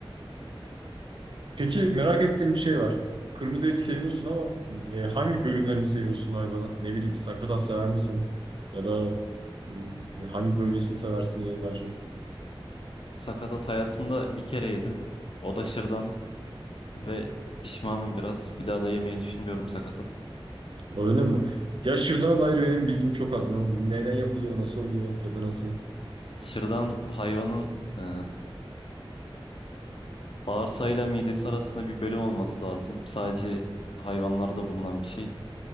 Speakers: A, on the right; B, on the left.
A: Peki merak ettiğim bir şey var. Kırmızı eti seviyorsun ama e, hangi bölümlerini seviyorsun hayvanın? Ne bileyim sakatat sever misin? Ya da e, hangi bölgesini seversin en daha çok?
B: sakatat hayatımda bir kere yedim. O da şırdan ve pişmanım biraz. Bir daha da yemeyi düşünmüyorum sakatat.
A: Öyle mi? Ya şırdana dair benim bilgim çok az. Na- Neden yapılıyor, nasıl oluyor, tadı nasıl?
B: Şırdan hayvanın e, bağırsağıyla midesi arasında bir bölüm olması lazım. Sadece hayvanlarda bulunan bir şey.